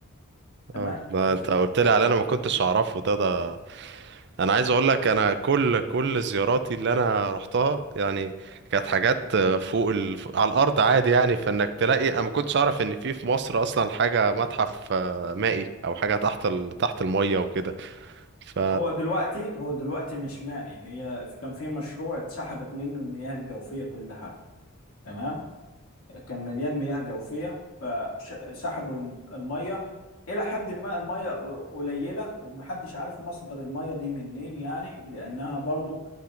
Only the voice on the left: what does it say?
تمام
بس
هو دلوقتي هو دلوقتي مش مائي هي كان في مشروع اتسحبت منه المياه الجوفية كلها تمام كان مليان مياه جوفية فسحبوا المية إلى حد ما المية قليلة ومحدش عارف مصدر المية دي منين يعني لأنها برضو